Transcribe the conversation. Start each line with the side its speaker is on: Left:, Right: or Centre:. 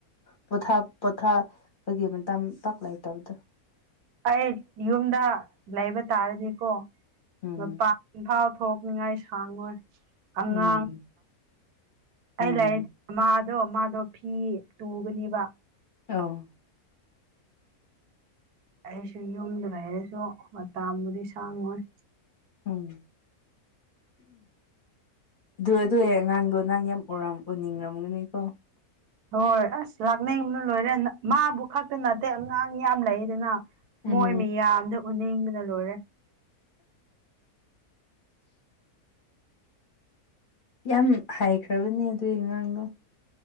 Left: ꯄꯣꯊꯥ ꯄꯣꯊꯥ ꯀꯒꯤ ꯃꯇꯥꯡ ꯄꯥꯛ ꯂꯩꯇꯕꯗꯣ
Right: ꯑꯩ ꯌꯨꯝꯗ ꯂꯩꯕ ꯇꯥꯔꯗꯤꯀꯣ
Left: ꯎꯝ
Right: ꯃꯄꯥꯟ ꯐꯥꯎ ꯊꯣꯛ ꯥꯛꯅꯤꯡꯉꯥꯏ ꯁꯥꯡꯉꯣꯏ ꯑꯉꯥꯡ
Left: ꯎꯝ ꯎꯝ
Right: ꯑꯩ ꯂꯥꯏꯔꯤꯛ ꯃꯥꯗꯣ ꯃꯥꯗꯣ ꯐꯤ ꯇꯨꯒꯅꯦꯕ
Left: ꯑ
Right: ꯑꯩꯁꯨ ꯌꯨꯝꯗ ꯂꯩꯔꯁꯨ ꯃꯇꯥꯕꯨꯗꯤ ꯁꯥꯡꯉꯣꯏ
Left: ꯎꯝ ꯑꯗꯨ ꯑꯗꯨ ꯑꯉꯥꯡꯗꯣ ꯅꯍꯪ ꯌꯥꯝ ꯎꯔ ꯎꯅꯤꯡꯔꯝꯒꯅꯤꯀꯣ
Right: ꯍꯣꯏ ꯑꯁ ꯂꯥꯛꯅꯤꯡꯕꯅ ꯂꯣꯏꯔꯦ ꯃꯥꯕꯨ ꯈꯛꯇ ꯅꯠꯇꯦ ꯑꯉꯥꯡ ꯌꯥꯝ ꯂꯩꯗꯅ
Left: ꯎꯝ
Right: ꯃꯣꯏ ꯃꯤꯌꯥꯝꯗ ꯎꯅꯤꯡꯗꯅ ꯂꯣꯏꯔꯦ
Left: ꯌꯥꯝ ꯍꯥꯏꯈ꯭ꯔꯕꯅꯦ ꯑꯗꯨꯒꯤ ꯑꯉꯥꯡꯗꯣ